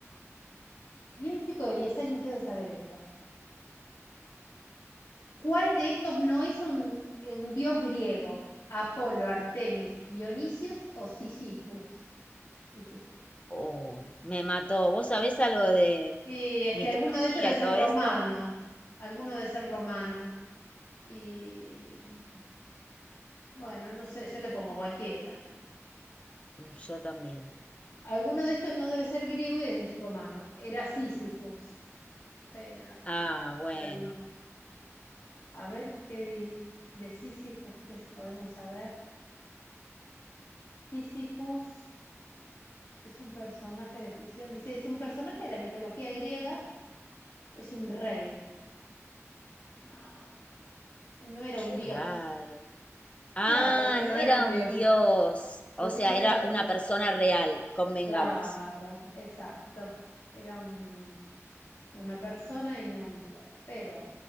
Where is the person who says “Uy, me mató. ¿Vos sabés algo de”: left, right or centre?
Left